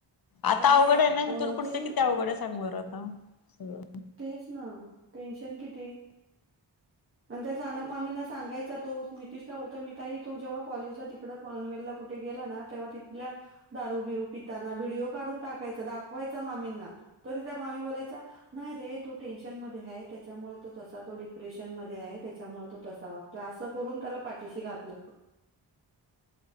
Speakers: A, on the left; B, on the right.
A: आता
B: त्यानी
A: आवघड
B: अ,
A: हाय ना इथून पुढचं
B: ते
A: किती आवघड हाय सांग बर आता. सगळं
B: तेच ना, टेंशन किती?
A: <inaudible>
B: आणि त्या सानप मामींना सांगायचा तो नितीशला बोलतोय मी ताई तु जेव्हा कॉलेजला ती इकड पणवेलला कुठे गेला ना तेव्हा तिथल्या दारू बिरू पिताना व्हिडिओ काढून टाकायचा, दाखवायचा मामींना तरी त्या मामी बोलायच्या न्हाय रे तो टेन्शन मध्ये हाय, त्याच्यामुळे तो तसा तो डिप्रेशन मध्ये हाय त्याच्यामुळे तो तसा वागतो. त असं करून त्याला पाठिशी घातलं.